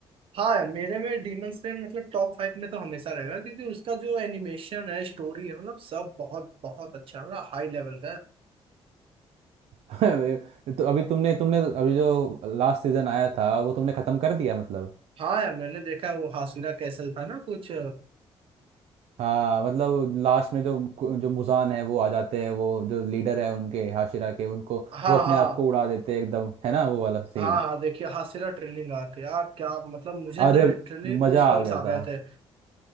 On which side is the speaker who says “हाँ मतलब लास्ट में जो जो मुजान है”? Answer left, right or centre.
Right